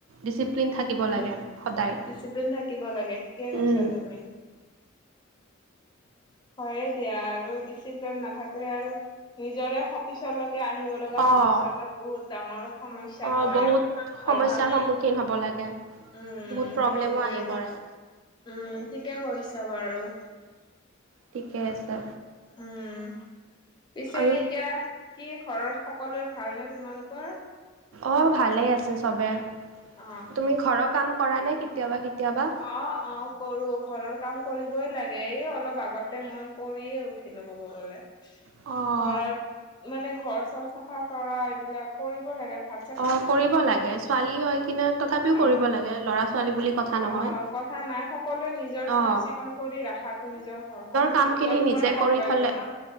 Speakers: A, on the right; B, on the left.
A: ডিচিপ্লিন থাকিব
B: উম
A: লাগে সদায়।
B: ডিচিপ্লিন থাকিব লাগে। ঠিকে কৈছা
A: উম,
B: তুমি। হয়ে দিয়া আৰু দিছ। নাথাকে আৰু নিজৰে। পিছলৈকে আহিব লগা
A: অ',
B: ভৱিষ্যতত বহুত ডাঙৰ সমস্যা
A: অ'
B: হয়।
A: বহুত সমস্যাৰ
B: অভ্যাস
A: সন্মুখীন হ'ব লাগে,
B: উম
A: বহুত প্ৰব্লেমো
B: সেইটোৱে
A: আহি পৰে।
B: উম ঠিকে কৰিছা বাৰু।
A: ঠিকে আছে
B: উম, পিছে
A: আৰু
B: এতিয়া। কি ঘৰত সকলোৱে ভালনেে তোমালোকৰ?
A: অ, ভালেই আছে চবে।
B: অ
A: তুমি ঘৰৰ কাম কৰা নে, কেতিয়াবা, কেতিয়াবা।
B: অ অ কৰো ঘৰৰ কাম কৰিবই লাগে, এই অলপ আগতে মই কৰিয়ে উঠিলো ক'ব গলে।
A: অঁ।
B: ঘৰত মানে ঘৰ চৰ চাফা কৰা এইবিলাক কৰিব লাগে ভ।
A: অ' কৰিব লাগে ছোৱালী হয় কিনে তথাপিও
B: অ
A: কৰিব লাগে ল'ৰা ছোৱালী বুলি। কথা নহয়।
B: অ, কথা নাই সকলোৱে নিজৰ চাফ,
A: অ
B: চিকুণ কৰি ৰাখাত নিজৰ ঘৰখনিতটো
A: কাম
B: নিজৰ
A: খিনি
B: ওপৰত
A: নিজে
B: কৰ্তব্য
A: কৰি থলে
B: ন,